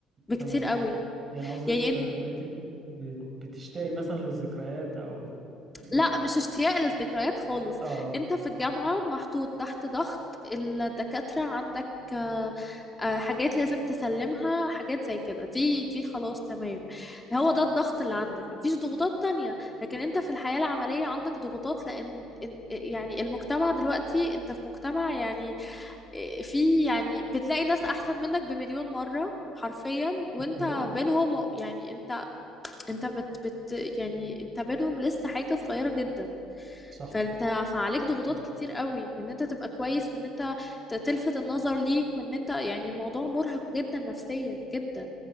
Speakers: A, on the left; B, on the right.
A: بكتير
B: تمام
A: قوي
B: يعني قصدك
A: يعني
B: آه، ان انت بت- بتشتاقي مثلا للذكريات او بت... بت...
A: لا مش اشتياق للذكريات خالص
B: اه
A: انت في الجامعة محطوط تحت ضغط الدكاترة عندك آه، آه، حاجات لازم تسلمها حاجات زي كده دي دي خلاص تمام هو ده الضغط اللي عندك مفيش ضغوطات تانية لكن انت في الحياة العملية عندك ضغوطات لان إن- يعني المجتمع دلوقتي انت في مجتمع يعني آه، في يعني بتلاقي ناس احسن منك بمليون مرة حرفيا وانت
B: اوكي
A: بينهم يعني انت انت بت بت يعني انت بينهم لسه حاجة صغيرة جدا
B: صح
A: فانت فعليك ضغوطات
B: مم.
A: كتير قوي ان انت تبقى كويس وان انت ت- تلفت النظر ليك وان انت يعني الموضوع مرهق جدا نفسيا جدا